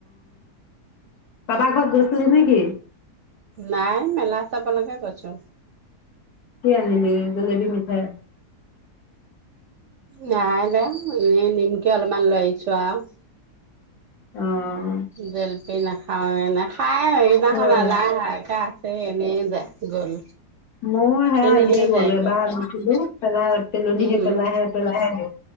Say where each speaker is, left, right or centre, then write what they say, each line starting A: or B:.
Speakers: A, on the left; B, on the right.
A: কাবাৰ ঘৰত গৈছিলি নেকি?
B: নাই। মেলা চাবলৈকে গৈছো
A: কি আনিলি? জলেবি মিঠাই।
B: নাই। এনে নিমকি অলপমান লৈ আহিছোঁ আৰু।
A: অ'।
B: জেল পি নাখাওঁ। নেখায়ে। সেইদিনাখন
A: সেয়াই
B: আনা আছেই, এনেই যায়। গ'ল।
A: মোৰ হে',
B: এজনীহে
A: আনিয়ে
B: যায়গৈ
A: গ'ল এবাৰ আনিছিলো পেলাই পেলনিহে,
B: উম
A: পেলাইহে - পেলাইহে দিওঁ।